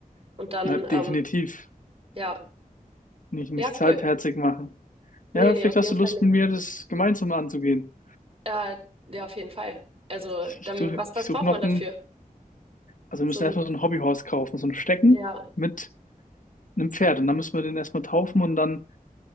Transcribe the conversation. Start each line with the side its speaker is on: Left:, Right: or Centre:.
Right: Und dann,
Left: Na, definitiv.
Right: ähm, ja,
Left: Nicht, nichts
Right: ja, cool.
Left: halbherzig machen.
Right: Nee,
Left: Ja,
Right: nee,
Left: vielleicht
Right: auf
Left: hast
Right: jeden
Left: du
Right: Fall
Left: Lust
Right: nicht.
Left: mit mir, das gemeinsam anzugehen.
Right: Äh, ja, auf jeden Fall. Also,
Left: Ich, ich
Right: dann,
Left: suche
Right: was,
Left: ich
Right: was
Left: such
Right: braucht
Left: noch
Right: man dafür?
Left: ein, also
Right: So
Left: wir müssen
Right: ein
Left: erstmal so ein Hobbyhorse kaufen, so ein Stecken
Right: Ja,
Left: mit einem Pferd. Und dann müssen wir den erstmal taufen und dann